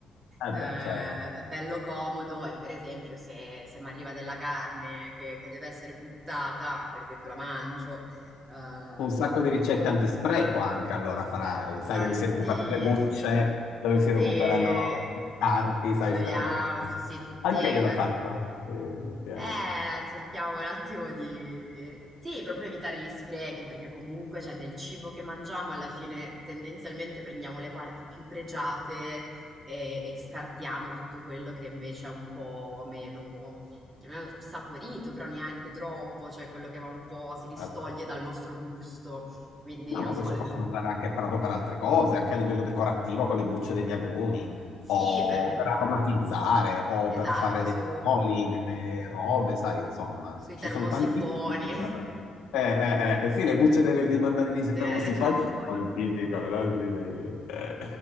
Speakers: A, on the left (about 90°); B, on the right (about 35°).
A: Eh
B: eh,
A: beh, certo.
B: è bello comodo e per esempio se, se mi arriva della carne che, che deve essere buttata, per esempio la mangio, eh,
A: Un sacco di ricette antispreco anche allora farai, sai
B: Tantissimo.
A: dove si recuperano le bucce, dove
B: Sì,
A: si recuperano i carti,
B: ci proviamo,
A: sai, ste robe qua.
B: sì, sì, tutti.
A: Anche io
B: guarda.
A: lo faccio, Sì, mi piace.
B: Eh, cerchiamo un attimo di... Sì, proprio evitare gli sprechi, perché comunque c'è del cibo che mangiamo, alla fine tendenzialmente prendiamo le parti più pregiate e, e scartiamo tutto quello che invece è un po' meno, chiamiamolo saporito, però neanche troppo, cioè quello che va un po', si distoglie
A: Certo.
B: dal nostro gusto. Quindi,
A: No,
B: non
A: ma
B: so,
A: poi si
B: il-
A: possono usare anche proprio per altre cose, anche a livello decorativo con le bucce degli agrumi,
B: Sì,
A: o
B: per me...
A: per aromatizzare, o
B: Esatto,
A: per fare dei
B: su...
A: oli, delle robe, sai, insomma,
B: sui
A: ci
B: termosifoni.
A: sono tantissimi modi per... Eh, eh, eh, eh, sì, le bucce delle- dei mandarini sui
B: <laughs>
A: termosifoni
B: Eh, termosifoni.
A: sono il tipico, no? Sì, dei- eh.